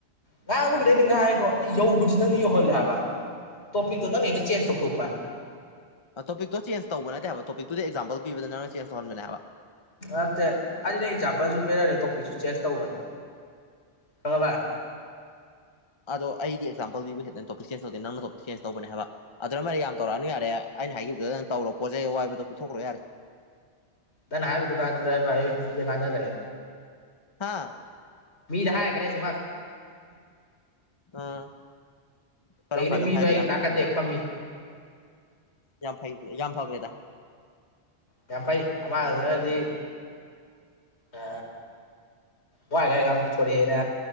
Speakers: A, on the left; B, on the left.
A: ꯉꯥꯡ ꯑꯃꯒꯤꯗꯤ ꯑꯩꯅ ꯉꯥꯡꯉꯀꯣ ꯑꯗꯨ ꯌꯧꯕꯁꯤ ꯅꯪꯅ ꯌꯧꯍꯜꯂꯦ ꯍꯥꯏꯕ ꯇꯣꯄꯤꯤꯗ ꯅꯣꯏ ꯆꯦꯟꯖ ꯇꯧ ꯇꯣꯛꯄ
B: ꯇꯣꯄꯤꯛꯇꯣ ꯆꯦꯟꯖ ꯇꯧꯕ ꯅꯠꯇꯦꯕ ꯇꯣꯄꯤꯛꯇꯨꯗ ꯑꯦꯛꯖꯥꯝꯜ ꯄꯤꯕꯗ ꯅꯪꯅ ꯆꯦꯟꯖ ꯇꯧꯍꯟꯕꯅꯦꯕ
A: ꯅꯠꯇꯦ ꯑꯩꯅ ꯑꯦꯛꯖꯥꯝꯄꯜꯁꯨ ꯄꯤꯔꯔꯦ ꯇꯣꯄꯤꯛꯁꯨ ꯆꯦꯟꯖ ꯇꯧꯕꯅꯣ ꯀꯉꯕꯥ
B: ꯑꯗꯣ ꯑꯩꯗꯤ ꯑꯦꯛꯖꯥꯝꯄꯜ ꯄꯤꯕ ꯈꯈꯤꯠꯇꯪ ꯇꯣꯄꯤꯛ ꯆꯦꯟꯖ ꯇꯧꯗꯦ ꯅꯪꯅ ꯇꯣꯄꯤꯛ ꯆꯦꯟꯖ ꯇꯧꯕꯅꯦꯕ ꯑꯗꯨꯅ ꯃꯔꯗꯤ ꯌꯥꯝꯧꯛꯑꯅ ꯌꯥꯔꯦ ꯑꯩꯅ ꯍꯥꯏꯈꯤꯕꯗꯨꯗ ꯇꯧꯔꯣ ꯄꯣꯠꯆꯩ ꯑꯋꯥꯏꯕꯗꯣ ꯄꯤꯊꯣꯛꯈ꯭ꯔꯣ ꯌꯥꯔꯦ
A: ꯅ ꯅ ꯍꯥꯏꯗꯨ ꯀꯥꯟꯀꯥꯟ ꯅ ꯀꯦ
B: ꯍꯥꯥ
A: ꯃꯤꯗꯍꯦ ꯀꯔꯦꯆꯦ ꯃꯥꯒ
B: ꯑꯥ ꯀꯔꯝ
A: ꯀꯩꯒꯤꯅꯣ
B: ꯀꯥꯟꯗꯕꯨ
A: ꯃꯤꯗꯣ
B: ꯍꯥꯏꯕ
A: ꯑꯩ
B: ꯌꯥꯝ
A: ꯅꯥꯀꯟꯗ
B: ꯊꯨꯑꯦꯗ
A: ꯍꯦꯛ ꯐꯝꯃꯤ
B: ꯌꯥꯝ ꯐꯩ ꯌꯥꯝ ꯐꯕ꯭ꯔꯦꯗ
A: ꯌꯥꯝ ꯐꯩ ꯑꯃ ꯑꯗꯨꯗꯤ ꯑ ꯋꯥꯥꯏꯒꯥꯏꯒ ꯑꯃ ꯄꯤꯣꯔꯩꯅ